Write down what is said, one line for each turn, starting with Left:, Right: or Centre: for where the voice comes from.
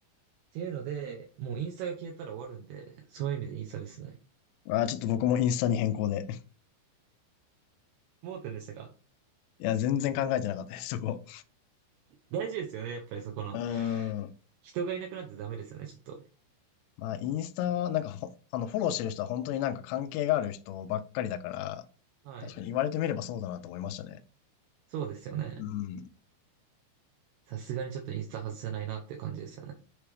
Right: ていうので、もうインスタが消えたら終わるんで、そういう意味でインスタですね。
Left: あー、ちょっと僕もインスタに変更で。
Right: 盲点でしたか
Left: <laughs> いや、全然考えてなかったです、そこ。
Right: 大事ですよね、やっぱりそこの。
Left: うーん。
Right: 人がいなくなってダメですよね、ちょっと。
Left: まあ、インスタは、なんかほ、あの、フォローしてる人は本当になんか関係がある人ばっかりだから、
Right: はい。
Left: 確かに言われてみればそうだなと思いましたね。
Right: そうですよね。
Left: うん。
Right: さすがにちょっとインスタ外せないなっていう感じですよね。